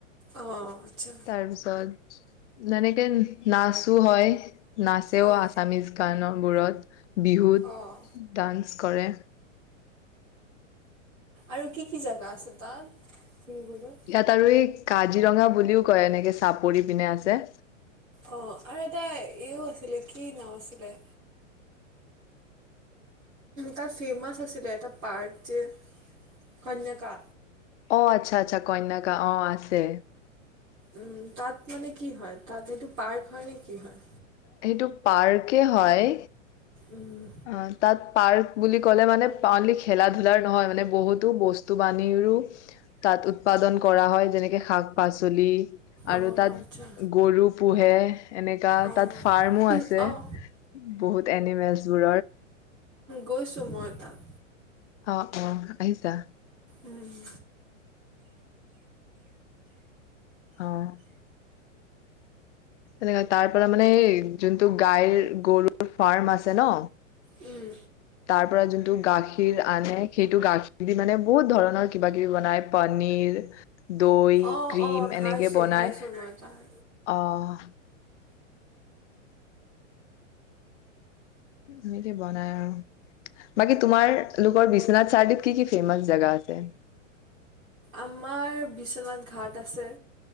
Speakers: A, on the right; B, on the left.
A: অ', আচ্ছা
B: তাৰপিছত যেনেক নচো হয়। নাচেও
A: অ',
B: আছামিজ গানত বোৰত বিহুত
A: অ'।
B: কৰে
A: আৰু কি কি জেগা আছে তাত? ফুৰিবলৈ?
B: ইয়াত আৰু এই কাজিৰঙা বুলিও কয় এনেকে চাপ পৰি পিনে আছে।
A: অ আৰু এটা এইও আছিলে কি নাম আছিলে! তাত ফেমছ আছিলে এটা পাৰ্ক যে কন্যকা।
B: অ আচ্ছা আচ্ছা কন্যাকা অ' আছে।
A: উম তাত মানে কি হয় তাত সেটো পাৰ্ক হয় নে কি হয়?
B: সেইটো পাৰ্কে হয়!
A: উম
B: অ তাত পাৰ্ক বুলি ক'লে মানে অনলি খেলা ধোলাৰ নহয় মানে বহুতো বস্তু বাহানিৰো তাত উৎপাদন কৰা হয়। যেনেকে শাক-পাচলি। আৰু
A: অঁ
B: তাত
A: আচ্ছা
B: গৰু পোহে এনেকা
A: অঁ
B: তাত ফাৰ্মো আছে
A: অঁ
B: বহুত এনিমেলছ <inaudible>
A: গৈছো মই তাত।
B: অ' অ' আহিছা?
A: উম,
B: অ'। হেনেকা তাৰ পৰা মানে এই যোনটো গাইৰ গৰুৰ ফাৰ্ম আছে ন!
A: উম।
B: তাৰ পৰা যোনটো গাখীৰ আনে সেইটো গাখীৰ দি মানে বহুত ধৰণৰ কিবা কিবি বনাই পনীৰ দৈ,
A: অঁ
B: ক্ৰীম
A: অঁ খাইছোঁ
B: এনেকে বনাই।
A: খাইছোঁ মই তাত
B: আহ! এনেকে বনাই আৰু বাকী তোমাৰ লোকৰ বিশ্বনাথ চাৰিআলিত কি কি ফেমাচ জেগা আছে?
A: আমাৰ বিশ্বনাথ ঘাট আছে।